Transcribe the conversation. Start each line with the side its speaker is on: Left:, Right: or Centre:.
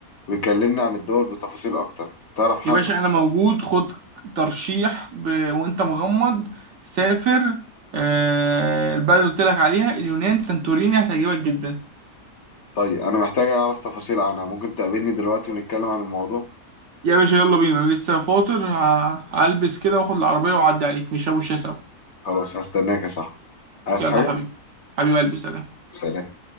Left: ويكلمني عن الدول بتفاصيل اكتر تعرف حد
Right: يا باشا انا موجود خد ترشيح ب... وانت مغمض سافر آه... البلد اللي قلت لك عليها اليونان سانتوريني هتعجبك جدا
Left: طيب انا محتاج اعرف تفاصيل عنها ممكن تقابلني دلوقتي ونتكلم عن الموضوع
Right: يا باشا يلا بينا أنا لسه فاطر ه- هلبس كده واخد العربية واعدي عليك نشربوا شاي سوا
Left: خلاص هستناك يا صاحبي عايز
Right: يلا
Left: حاجة
Right: حبيبي حبيبي قلبي سلام
Left: سلام